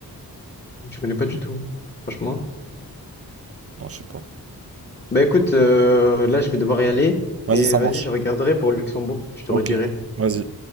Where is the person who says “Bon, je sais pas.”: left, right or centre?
Right